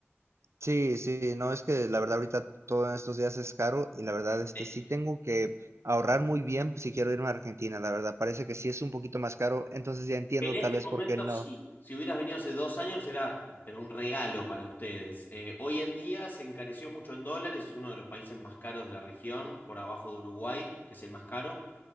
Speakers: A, on the right (about 75°); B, on the left (about 45°).
A: Sí, sí, no, es que la verdad ahorita todo en estos días es caro y la verdad este
B: Sí.
A: sí tengo que ahorrar muy bien si quiero irme a Argentina, la verdad parece que sí es un poquito más caro, entonces ya entiendo
B: En este
A: tal vez
B: momento
A: por qué no.
B: sí. Si hubieras venido hace dos años era, pero un regalo para ustedes. Eh, hoy en día se encareció mucho en dólares, es uno de los países más caros de la región, por abajo de Uruguay, que es el más caro.